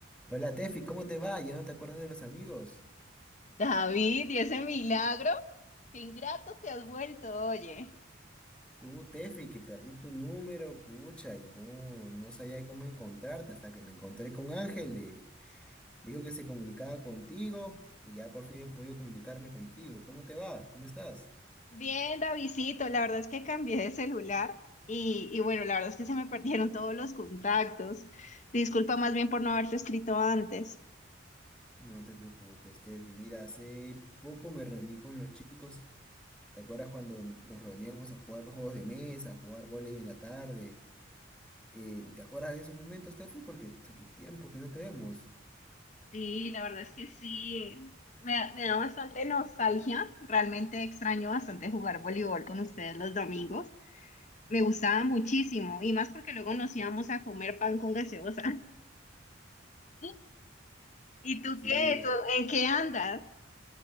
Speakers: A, in the centre; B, on the left (about 40°).
A: Hola Tefi, ¿cómo te va? ¿Ya no te acuerdas de los amigos?
B: David, ¿y ese milagro? Qué ingrato te has vuelto, oye.
A: Tú, Tefi, que perdí tu número, pucha, y no, no sabía cómo encontrarte hasta que me encontré con Ángel. eh, Dijo que se comunicaba contigo y ya por fin he podido comunicarme contigo. ¿Cómo te va? ¿Cómo estás?
B: Bien, Davidcito, la verdad es que cambié de celular y, y bueno, la verdad es que se me perdieron todos los contactos. Disculpa más bien por no haberte escrito antes.
A: No te preocupes, Tefi. Mira, hace poco me reuní con los chicos. ¿Te acuerdas cuando nos reuníamos a jugar juegos de mesa, a jugar vóley en la tarde? Eh, ¿te acuerdas de esos momentos, Tefi? Porque, cha, qué tiempo que no te vemos.
B: Sí, la verdad es que sí. Me, da- me da bastante nostalgia. Realmente extraño bastante jugar voleibol con ustedes los domingos. Me gustaba muchísimo y más porque luego nos íbamos a comer pan con gaseosa. <laughs> ¿Y tú
A: Sí,
B: qué? ¿Tú en qué andas?